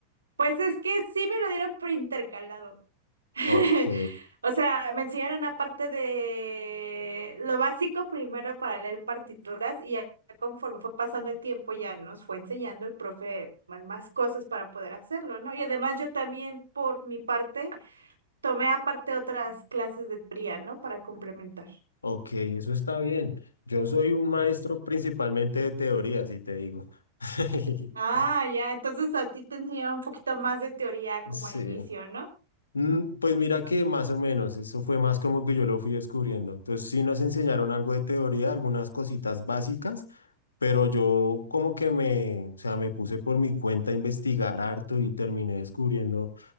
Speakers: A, on the right; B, on the left.
A: Pues es que sí me lo dieron por intercalado. <laughs>
B: Ok,
A: O sea, me enseñaron la parte de lo básico primero para leer partituras y ya conforme fue pasando el tiempo ya nos fue enseñando el profe más, más cosas para poder hacerlo, ¿no? Y además yo también por mi parte Tomé aparte otras clases de teoría, ¿no? Para complementar.
B: ok, eso está bien. Yo soy un maestro principalmente de teoría, si te digo. <laughs>
A: Ah, ya, entonces a ti te enseñaba un poquito más de teoría como
B: Sí.
A: al inicio, ¿no?
B: Mm, Pues mira que más o menos, eso fue más como que yo lo fui descubriendo. Entonces sí nos enseñaron algo de teoría, algunas cositas básicas, pero yo como que me, o sea, me puse por mi cuenta a investigar harto y terminé descubriendo